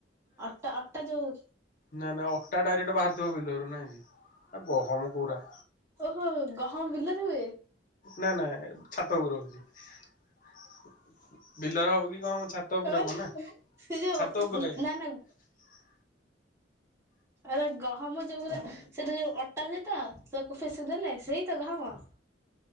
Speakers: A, on the right; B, on the left.
A: ଅଟା ଅଟା ଯୋଉ
B: ନାଇଁ ନାଇ ଅଟା ଡାଇରେକ୍ଟ ବାହାରିଥିବ ବିଲରୁ ନାଇଁ କି ନା ଗହମ କୁରା।
A: ଓହୋ ଗହମ ବିଲରେ ହୁଏ।
B: ନା ନା ଛାତ ଓପରେ ରହୁଚି। ବିଲର ହବ କି କଣ ଛାତ ଉପରେ
A: ମାନେ
B: ହବ ନା
A: ସେ ଯୋଉ
B: ଛାତ ଉପରେ
A: ନା ନା
B: <inaudible>
A: ଆରେ ଗହମ ଯୋଉାରା ସେଟା ଯୋଉ ଅଟାରେ ତ ତାକୁ ଫେସେଇ ଦେଲେ ସେଇ ତ ଗହମ।